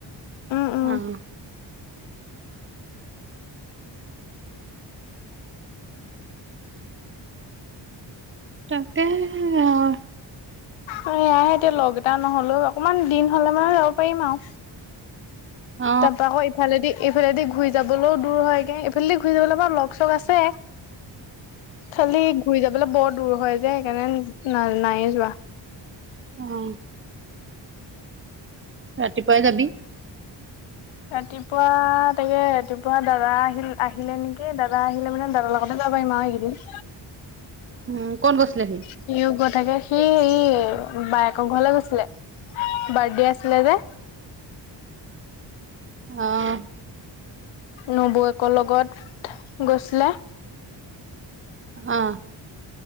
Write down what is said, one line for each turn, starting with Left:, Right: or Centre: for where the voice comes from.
Left: উম উম
Right: অ'। তাকেহে আও
Left: অ' এয়াই এতিয়া লগ এটা নহলেও, অকনমান দিন হ'লে মানে যাব পাৰিম আৰু।
Right: অ
Left: তাৰপা আকৌ আহিম ইফালেদি ইফালেদি ঘূৰি যাবলৈও দূৰ হয়গে, এইফালেদি ঘূৰি যাবলৈ আৰু লগ চগ আছে। খালি ঘূৰি যাবলৈ বৰ দূৰ হয় যে সেইকাৰণে না নাইয়ে যোৱা।
Right: অ ৰাতিপুৱাই যাবি
Left: ৰাতিপুৱা তাকে ৰাতিপুৱা দাদা আহিল আহিলে নেকি দাদা আহিলে মানে দাদাৰ লগত তাতে যাব আৰু এই কেইদিন।
Right: উম, ক'ত গৈছিলে
Left: সিওঁ গৈ থাকে, সি সেই বায়েকৰ ঘৰলে গৈছিলে। বাৰ্থডে আছিলে যে।
Right: অ'।
Left: নবৌয়েকৰ লগত গৈছিলে।
Right: অ'।